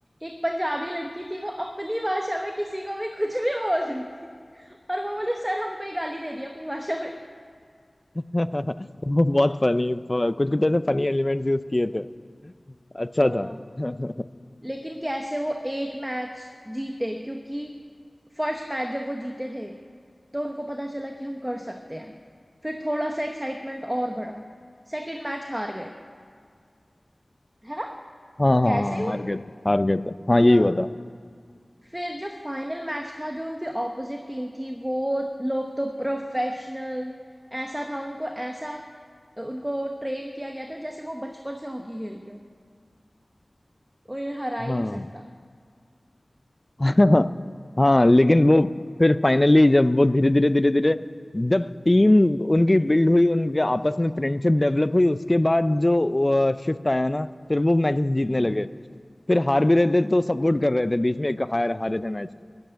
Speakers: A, on the right; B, on the left.
A: एक पंजाबी लड़की थी वो अपनी भाषा में किसी को भी कुछ भी बोल रही थी और वो बोले सर हमको ये गाली दे रही है अपनी भाषा में
B: <laughs> वो बहुत फनी कुछ कुछ ऐसे फनी एलिमेंट्स यूज किए थे अच्छा
A: हाँ
B: था <laughs>
A: लेकिन कैसे वो एक मैच जीते क्योंकि फर्स्ट मैच जब वो जीते थे तो उनको पता चला कि हम कर सकते हैं फिर थोड़ा सा एक्साइटमेंट और बढ़ा सेकंड मैच हार गए है ना
B: हाँ हाँ
A: कैसे
B: हाँ
A: ही हुआ
B: हार गए
A: था
B: थे हार गए थे हाँ यही
A: हाँ
B: हुआ था
A: फिर जब फाइनल मैच था जो उनकी ऑपोजिट टीम थी वो लोग तो प्रोफेशनल ऐसा था उनको ऐसा उनको ट्रेन किया गया था जैसे वो बचपन से हॉकी खेल रहे हो उन्हें हरा ही
B: हाँ
A: नहीं सकता
B: हाँ हाँ लेकिन वो फिर फाइनली जब वो धीरे धीरे धीरे धीरे जब टीम उनकी बिल्ड हुई उनके आपस में फ्रेंडशिप डेवलप हुई उसके बाद जो शिफ्ट आया ना फिर वो मैचेस जीतने लगे
A: या
B: फिर हार भी रहे थे तो सपोर्ट कर रहे थे बीच में एक हार हारे थे मैच